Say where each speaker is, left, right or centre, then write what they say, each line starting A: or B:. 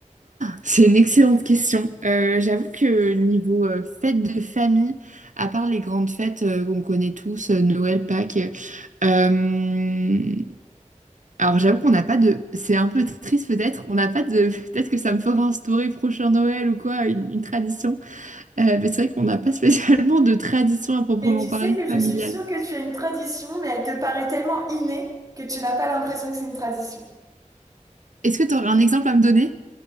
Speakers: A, on the right (about 70°); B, on the right (about 25°).
A: C'est une excellente question. Euh, j'avoue que niveau euh, fête de famille, à part les grandes fêtes euh, qu'on connaît tous, euh, Noël, Pâques, euh, alors j'avoue qu'on n'a pas de... C'est un peu triste peut-être, on n'a pas de... <laughs> Peut-être que ça me fera instaurer prochain Noël ou quoi, une, une tradition. Euh, mais c'est vrai qu'on n'a pas spécialement de tradition à proprement
B: Mais tu
A: parler
B: sais que je
A: familiale.
B: suis sûre que tu as une tradition, mais elle te paraît tellement innée que tu n'as pas l'impression que c'est une tradition.
A: Est-ce que tu aurais un exemple à me donner?